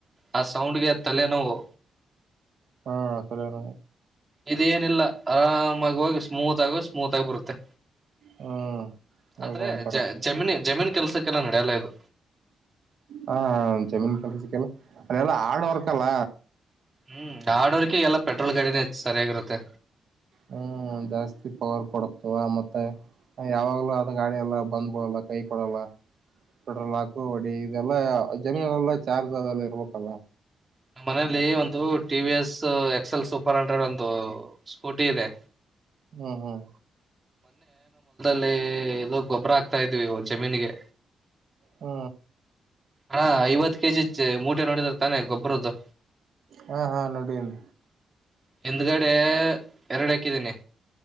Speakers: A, on the right (about 25°); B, on the right (about 65°).
A: ಆ ಸೌಂಡ್ ಗೆ ತಲೆ ನೋವು
B: ಹಾ ಸರಿಣ
A: ಇದೇನಿಲ್ಲ ಆರಾಮಾಗಿ ಹೋಗಿ ಸ್ಮೂತ್ ಆಗ ಸ್ಮೂತ್ ಆಗ ಬರುತ್ತೆ
B: ಹ್ಮ್
A: <inaudible> ಆದ್ರೆ
B: ಅದು ಒಂತರ
A: ಜ ಜಮೀನು ಜಮೀನು ಕೆಲ್ಸಕ್ಕೆಲ್ಲ ನಡೆಯಲ್ಲ ಇದು
B: ಹಾ ಜಮೀನ್ ಕಲ್ಸಕ್ಕೆಲ್ಲ ಅೆಲ್ಲ ಹಾಡ್ ವರ್ಕ್ಲ್ಲ
A: ಹ್ಮ್ ಆಡೋರ್ಕ ಎಲ್ಲಾ ಪೆಟ್ರೋಲ್ ಗಡಿನೇ ಸರಿಯಾಗಿರುತ್ತೆ
B: ಹ್ಮ್ ಜಾಸ್ತಿ ಪವರ್ ಕೊಡತವಾ ಮ ಮತ್ತ ಯಾವಾಗ್ಲೂ ಅದು ಗಾಡಿ ಎಲ್ಲ ಬಂದ್ಬಡಲ್ಲ ಕೈ ಕೊಡಲ್ಲ ಪೆಟ್ರೋಲ್ ಹಾಕು ಹೊಡಿ ಇದೆಲ್ಲಾ ಜಮೀನ್ಲ್ಲಾ ಚಾರ್ಜ್ ಅಲ್ಲ ಇರ್ಬೇಕಲ್ಲ
A: ನಮ್ಮ ಮನೇಲಿ ಒಂದು T V S X L super hundred ಒಂದು ಸ್ಕೂಟಿ ಇದೆ
B: ಹ್ಮ್ ಹ್ಮ್
A: ಲ್ಲಿ ಎೋ ಗೊಬ್ಬರ ಆಕ್ತಾ ಇದ್ವಿ ಒ ಜಮೀನಿಗೆ
B: ಹ್ಮ
A: ಹಾ ಐವತ್ ಕೆಜಿ ಇ ಮೂಟೆ ನೋಡಿದಾರ ತಾನೆ ಗೊಬರದ್ದು
B: ಹಾ ಹಾ ನೋಡೀನ್
A: ಹಿಂದ್ಗಡೆ ಎರಡು ಹಾಕಿದೀನಿ